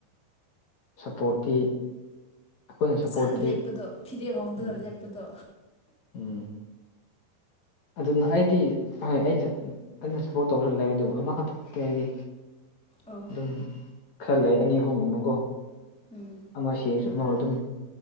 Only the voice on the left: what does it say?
ꯁꯞꯄꯣꯔꯠꯇꯤ ꯑꯩꯈꯣꯏꯅ
ꯁꯞꯄꯣꯔꯠꯇꯤ
ꯎꯝ
ꯎꯝ ꯑꯗꯨꯅ ꯑꯩꯗꯤ ꯍꯣꯏ ꯑꯩꯅ ꯑꯩꯅ ꯁꯞꯄꯣꯔꯠ ꯇꯧꯁꯨ ꯂꯩ ꯑꯗꯨꯕꯨ ꯑꯃꯈꯛꯇ ꯅ ꯍꯥꯏꯗꯤ
ꯑꯗꯨꯝ ꯈꯔ ꯂꯩ ꯑꯅꯤ ꯑꯍꯨꯝꯒꯨꯝꯕꯀꯣ
ꯑꯃ ꯁꯤꯔꯁꯨ ꯆꯠ ꯃ ꯑꯗꯨꯝ